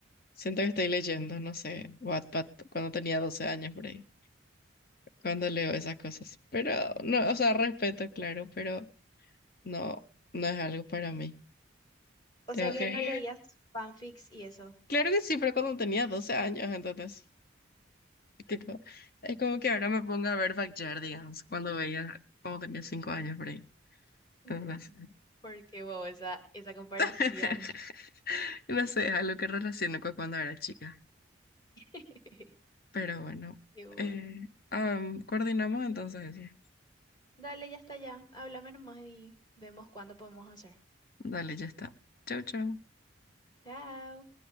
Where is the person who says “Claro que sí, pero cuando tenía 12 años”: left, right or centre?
Left